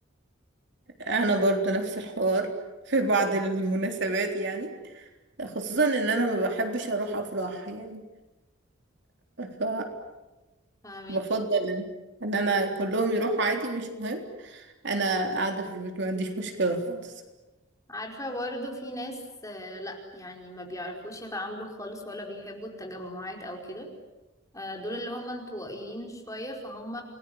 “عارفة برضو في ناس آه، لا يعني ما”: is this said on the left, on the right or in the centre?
Left